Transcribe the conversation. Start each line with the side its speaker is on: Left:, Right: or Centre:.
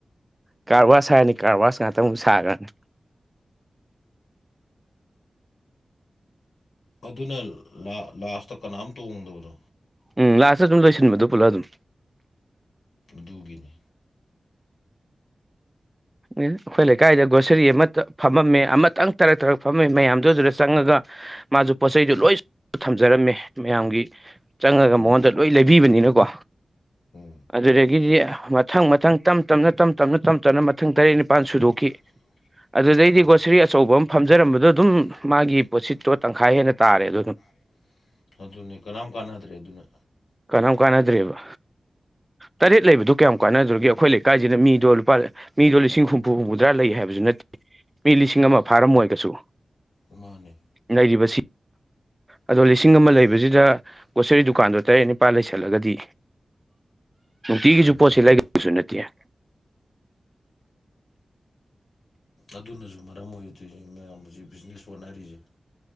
Right: ꯀꯥꯔ ꯋꯥꯁ ꯍꯥꯏꯔꯅꯤ ꯀꯥꯔꯋꯥꯁ ꯉꯥꯛꯇ ꯑꯃꯨꯛ ꯁꯥꯈ꯭ꯔꯅꯤ
Left: ꯑꯗꯨꯅ ꯂꯥꯁꯇ ꯀꯅꯥꯝ ꯇꯣꯡꯗꯕꯗꯣ
Right: ꯎꯝ ꯂꯥꯁꯇ ꯑꯗꯨꯝ ꯂꯣꯏꯁꯤꯟꯕꯗꯣ ꯄꯨꯂꯞ ꯑꯗꯨꯝ
Left: ꯑꯗꯨꯒꯤꯅꯤ
Right: ꯑꯩꯈꯣꯏ ꯂꯩꯀꯥꯏꯗ ꯒ꯭ꯔꯣꯁꯔꯤ ꯑꯃ ꯐꯝꯃꯝꯃꯦ ꯑꯃꯇꯪ ꯇꯔꯛ ꯇꯥꯔꯛ ꯐꯝꯃꯝꯃꯦ ꯃꯌꯥꯝꯗꯨ ꯑꯗꯨꯗ ꯆꯪꯉꯒ ꯃꯥꯁꯨ ꯄꯣꯠ ꯆꯩꯗꯨ ꯂꯣꯏ ꯁꯨꯅꯕ ꯊꯝꯖꯔꯝꯃꯦ ꯃꯌꯥꯝꯒꯤ ꯆꯪꯉꯒ
Left: ꯎꯝ
Right: ꯃꯉꯣꯟꯗ ꯂꯣꯏ ꯂꯩꯕꯤꯕꯅꯤꯅꯀꯣ
Left: ꯎꯝ
Right: ꯑꯗꯨꯗꯒꯤꯗꯤ ꯃꯊꯪ ꯃꯊꯪ ꯇꯞ ꯇꯅ ꯇ ꯇꯞ ꯇꯞꯅ ꯃꯊꯪ ꯇꯔꯦꯠ ꯅꯤꯄꯥꯜ ꯁꯨꯗꯣꯛꯈꯤ
Left: ꯁꯨꯨꯗꯣꯛꯈꯤ
Right: ꯑꯗꯨꯗꯩꯗꯤ
Left: ꯎꯝ ꯑꯗꯨꯗꯩꯗꯤ--inaudibleꯒꯤ
Right: ꯒ꯭ꯔꯣꯁꯔꯤ ꯑꯆꯧꯕ ꯑꯃ ꯐꯝꯖꯔꯝꯕꯗꯣ
Left: ꯑꯆꯧꯕ ꯑꯃ ꯐꯝꯖꯔꯝꯕꯗꯣ
Right: ꯑꯗꯨꯝ ꯃꯥꯒꯤ
Left: ꯑꯗꯨꯝ
Right: ꯄꯣꯠꯁꯤꯠꯇꯣ
Left: ꯃꯥꯒꯤ
Right: ꯇꯪꯈꯥꯏ
Left: ꯄꯣꯠꯁꯤꯠ
Right: ꯍꯦꯟꯅ
Left: ꯇꯣ
Right: ꯇꯥꯔꯦ
Left: ꯇꯪꯈꯥꯏꯥ
Right: ꯑꯗꯨ
Left: ꯍꯦꯟꯅ ꯇꯥꯔꯦꯕ ꯑꯗꯨꯝ ꯑꯗꯨꯅꯦ ꯀꯅꯥꯝ ꯀꯥꯟꯅꯗ꯭ꯔꯦ ꯑꯗꯨꯅ
Right: ꯀꯅꯥꯝ ꯀꯥꯟꯅꯗ꯭ꯔꯦꯕ ꯇꯔꯦꯠ ꯂꯩꯕꯗꯣ ꯀꯌꯥꯝ ꯀꯥꯟꯅꯗꯧꯔꯤꯒꯦ ꯑꯩꯈꯣꯏ ꯂꯩꯀꯥꯏꯁꯤꯅ ꯃꯤꯗꯣ ꯂꯨꯄꯥ unintelligible ꯃꯤꯗꯣ ꯂꯤꯁꯤꯡ ꯍꯨꯝꯐꯨ ꯍꯨꯝꯐꯨꯇꯔꯥ ꯂꯩ ꯍꯥꯏꯕꯁꯨ ꯅꯠꯇꯦ ꯃꯤ ꯂꯤꯁꯤꯡ ꯑꯃ ꯐꯥꯔꯝꯃꯣꯏ ꯀꯩꯁꯨ
Left: ꯃꯥꯅꯦ
Right: ꯂꯩꯔꯤꯕꯁꯤ ꯑꯗꯣ ꯂꯤꯁꯤꯡ ꯑꯃ ꯂꯩꯕꯁꯤꯗ ꯒ꯭ꯔꯣꯁꯔꯤ ꯗꯨꯀꯥꯟꯗꯣ ꯇꯔꯦꯠ ꯅꯤꯄꯥꯜ ꯂꯩꯁꯜꯂꯒꯗꯤ ꯇꯤꯒꯤꯁꯨ
Left: ꯃꯥꯅꯦ ꯃꯥꯅꯦ
Right: ꯄꯣꯠꯁꯤ ꯂꯩꯒꯗꯕꯁꯨ ꯅꯠꯇꯦ
Left: ꯑꯗꯨꯅꯁꯨ ꯃꯔꯝ ꯑꯣꯏꯔꯗꯣꯏ ꯅꯦ ꯃꯌꯥꯝ ꯅ ꯍꯧꯖꯤꯛ ꯕꯤꯖꯤꯅꯦꯁ ꯋꯥꯅꯔꯤꯁꯦ